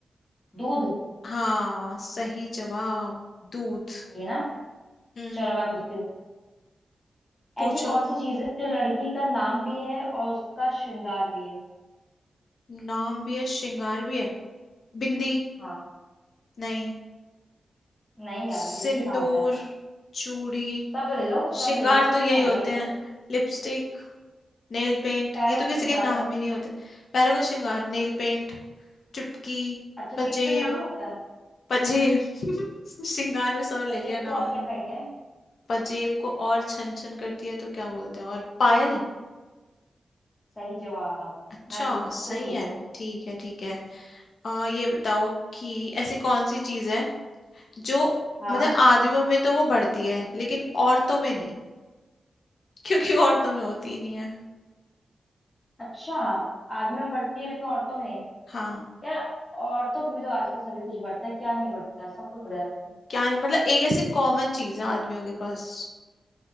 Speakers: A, on the left; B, on the left.
A: दूध
B: हाँ सही जवाब दूध
A: सही है ना
B: हम्म
A: चलो मैं पूछती हूँ ऐसी
B: पूछो
A: कौन सी चीज है जो लड़की का नाम भी है और उसका श्रृंगार भी है
B: नाम भी है श्रृंगार भी है बिंदी
A: हाँ
B: नहीं
A: नहीं यार
B: सिंदूर
A: बिंदी कहाँ होता है
B: चूड़ी
A: सब ले लो सब
B: श्रृंगार
A: ले लो कुछ
B: तो यही
A: तो होगा
B: होते
A: ही ना
B: हैं लिपस्टिक नेल पेंट
A: पैरों
B: ये तो
A: को
B: किसी
A: श्रृंगार
B: के नाम
A: है
B: ही नहीं होते पैरों का श्रृंगार नेल पेंट चुटकी
A: अच्छा नीलपिंड
B: पजेब
A: नाम होता है
B: पजेब <laughs> श्रृंगार में सब ले
A: अजेब
B: लिया
A: को
B: नाम
A: और क्या कहेंगे
B: पजेब को और छन छन करती है तो क्या बोलते हैं और पायल
A: सही जवाब
B: अच्छा
A: मैं पूछ
B: सही
A: तुम पूछो
B: है ठीक है ठीक है
A: हम्म,
B: आ, ये बताओ कि ऐसी कौन सी चीज है जो
A: हाँ
B: मतलब आदमियों में तो वो बढ़ती है लेकिन औरतों में नहीं क्योंकि औरतों में होती ही नहीं है
A: अच्छा आदमी में बढ़ती है लेकिन औरतों में नहीं
B: हाँ
A: यार औरतों की भी तो आजकल सभी कुछ बढ़ता है क्या नहीं बढ़ता है सब कुछ बढ़ जाता है
B: क्या नहीं मतलब एक ऐसी कॉमन चीज है आदमियों के पास